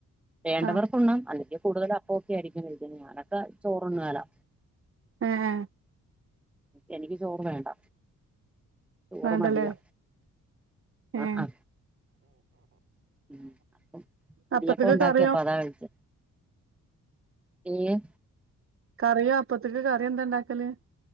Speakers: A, in the centre; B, on the right (about 40°).
A: വേണ്ടവർക്ക്
B: ആഹ്
A: ഉണ്ണാം അല്ലെങ്കിൽ കൂടുതൽ അപ്പൊക്കെ ആയിരിക്കും <unintelligible> ഞാനൊക്കെ ചോറ് ഉണ്ണലാ
B: ഏ ഏ
A: എനിക്ക് ചോറ് വേണ്ട ചോറ്
B: വാണ്ടല്ലേ
A: മടിയാ ആ
B: ഏ
A: ആ ഉം അപ്പം ഇടിയപ്പം
B: അപ്പത്തേക്ക്
A: ഉണ്ടാക്കി
B: കറിയോ
A: അപ്പം അതാ കഴിച്ചെ ഏഹ്
B: കറിയോ അപ്പത്തേക്ക് കറിയ എന്താ ഇണ്ടാക്കല്